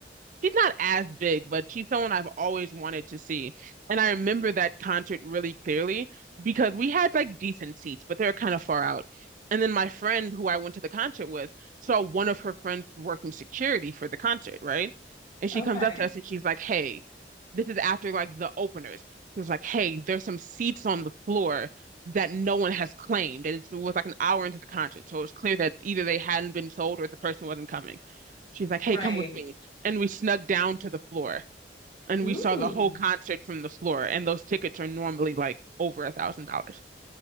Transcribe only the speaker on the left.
okay.
Right.
Ooh.